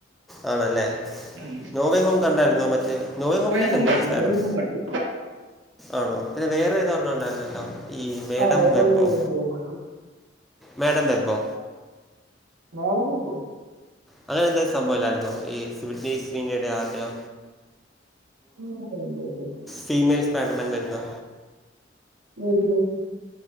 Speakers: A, in the centre; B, on the right.
A: ആണല്ലേ
B: ഉം
A: നോവേ ഹോം കണ്ടായിരുന്നോ മറ്റേ നോവേ ഹോമിലല്ലേ
B: ഹോം
A: മൂന്ന്
B: കണ്ടു
A: സ്പൈഡർ
B: നോവേ ഹോം കണ്ടു
A: ആണോ പിന്നെ വേറെ ഏതോരണ്ണം ഉണ്ടായിരുന്നല്ലോ ഈ മേഡം
B: ആഹ് വേറെവില്
A: വെബോ
B: വരുമ്പോയിരുന്നു
A: മേഡം വെബോ
B: <unintelligible>
A: അങ്ങനെ എന്ത സംബവില്ലായിരുന്നോ <unintelligible> ആരട്യോ
B: <unintelligible>
A: ഫീമെയിൽസ് സ്പൈഡർമാൻ വരുന്നെ
B: ഏതില്